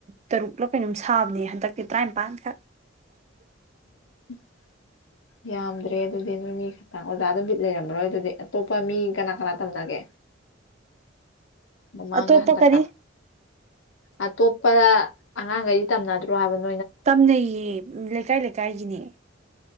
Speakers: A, on the right (about 35°); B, on the left (about 80°).
A: ꯇꯔꯨꯛꯂ ꯀꯩꯅꯣꯝ ꯁꯥꯕꯅꯦ ꯍꯟꯗꯛꯇꯤ ꯇꯔꯥꯅꯤꯄꯥꯟꯈꯛ
B: <inaudible> ꯌꯥꯝꯗ꯭ꯔꯦ ꯑꯗꯨꯗꯤ ꯅꯣꯏ ꯃꯤ ꯈꯛꯇꯪ ꯑꯣꯖꯥꯗꯨꯠ ꯂꯩꯔꯝꯃꯔꯣꯏ ꯑꯗꯨꯗꯤ ꯑꯇꯣꯞꯄ ꯃꯤ ꯀꯅꯥ ꯀꯅꯥ ꯇꯝꯅꯒꯦ ꯃꯥꯥꯡꯉꯍꯟꯗꯀꯥ
A: ꯑꯇꯣꯞꯄ ꯀꯔꯤ
B: ꯑꯇꯣꯞꯄ ꯑꯉꯥꯡꯈꯩꯗꯤ ꯇꯝꯅꯗ꯭ꯔꯣ ꯍꯥꯏꯕꯅꯤ
A: ꯇꯝꯅꯩꯌꯦ ꯂꯩꯀꯥꯏ ꯂꯩꯀꯥꯏꯒꯤꯅꯦ